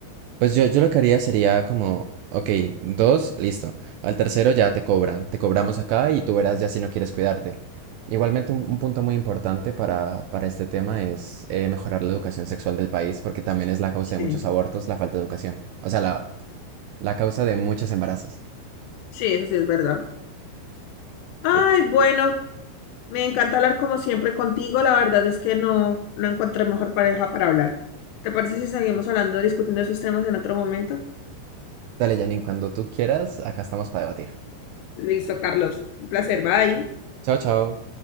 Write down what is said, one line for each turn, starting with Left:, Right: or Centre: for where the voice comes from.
Right: Pues yo, yo lo que haría sería como, ok, dos, listo. Al tercero ya te cobran, te cobramos acá y tú verás ya si no quieres cuidarte. Igualmente un, un punto muy importante para, para este tema es eh, mejorar la educación sexual del país porque también es la causa
Left: Sí,
Right: de muchos abortos, la falta de educación. O sea, la, la causa de muchos embarazos.
Left: sí, eso sí es verdad. Ay,
Right: Sí.
Left: bueno, Me encanta hablar como siempre contigo. La verdad es que no, no encontré mejor pareja para hablar. ¿Te parece si seguimos hablando, discutiendo esos temas en otro momento?
Right: Dale, Janine, cuando tú quieras, acá estamos para debatir.
Left: Listo, Carlos. Un placer. Bye.
Right: Chao, chao.